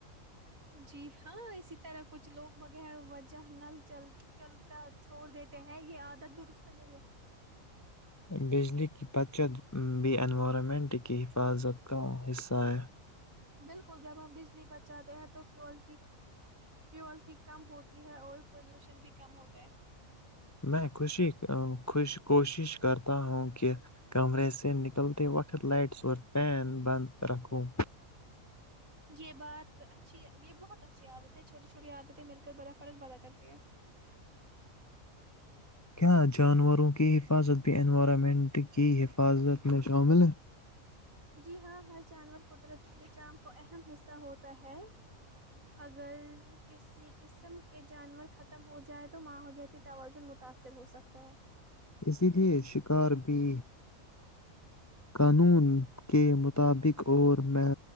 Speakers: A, on the right; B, on the left.
A: جی ہاں اسی طرح کچھ لوگ بغیر وجہ نل چل چلتا چھوڑ دیتے ہیں یہ عادت درست نہیں ہے
B: بجلی پت چ بی انینورارامینٹ کی حفاظت کا حصہ ہے
A: بالکل جب ہم بجلی بچاتے ہیں تو فیول کی فیول کی کم ہوتی ہے اور پولوشن بھی کم ہوتا ہے
B: میں خوشی خوش کوشش کرتا ہوں کہ کمرے سے نکلتے وقت لائٹس اور پین بند رکھوں
A: یہ بات اچھی یہ بہت اچھی عادت ہے چھوٹی چھوٹی عادتیں مل کر بڑا فرق پدا کرتی ہے
B: کیا جانوروں کی حفاظت بھی انوائرمنٹ کی حفاظت میں شامل ہے
A: جی ہاں ہر جانور قدرتی نظام کو اہم حصہ ہوتا ہے اگر کسی قسم کے جانور ختم ہو جائے تو ماحولیاتی توازن متاثر ہو سکتا ہے
B: اسی لیے شکار بھی قانون کے مطابق اور مح